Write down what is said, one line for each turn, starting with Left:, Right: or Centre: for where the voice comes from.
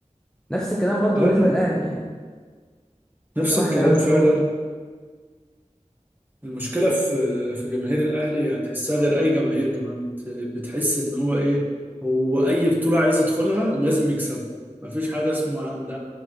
Centre: نفس الكلام برضه
Right: انا
Centre: بالنسبه للاهلي يعني
Right: نفس
Centre: ده واحد
Right: الكلام
Centre: عمل
Right: فعلا
Centre: شغل
Right: المشكله في في جماهير الاهلي يعني تحسها غير اي جماهير كمان ت- بتحس ان هو ايه هو اي بطوله عايز يدخلها لازم يكسبها مفيش حاجه اسمها عند